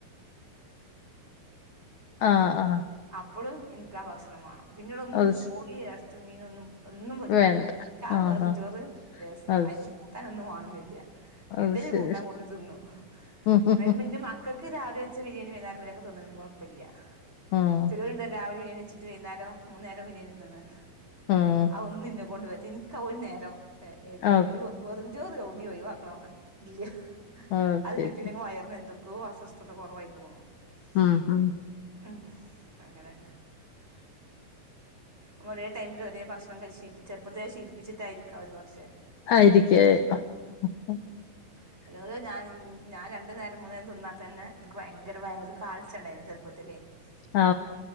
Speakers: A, on the left; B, on the right.
A: <inaudible>
B: <inaudible> <unintelligible>
A: അത് ശ-
B: <inaudible> <unintelligible>
A: വേണ്ട ആ ആ
B: <inaudible>
A: അത് ശ-
B: <inaudible> <inaudible>
A: അത് ശരി
B: <unintelligible>
A: ഉം ഉം
B: <inaudible> <inaudible> <inaudible>
A: ഉം
B: <inaudible> <unintelligible> <inaudible>
A: ഉം ഉം
B: <inaudible> <inaudible>
A: ഓ
B: <inaudible> <inaudible> <unintelligible>
A: ഓ ശരി
B: <inaudible> <inaudible> <inaudible>
A: ഉം ഉം
B: <inaudible>
A: <inaudible>
B: ഉം <inaudible>
A: ആ